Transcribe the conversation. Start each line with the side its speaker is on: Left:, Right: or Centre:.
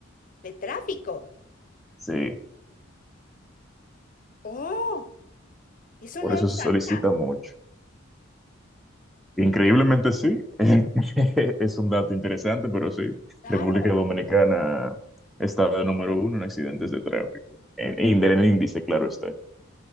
Left: De tráfico.
Centre: Sí,
Left: Oh, eso
Centre: por
Left: no
Centre: eso
Left: lo sabía.
Centre: se solicita mucho. Increíblemente sí, <laughs> es un dato interesante, pero sí,
Left: Claro.
Centre: República Dominicana está de número uno en accidentes de tráfico, en, en el índice, claro está,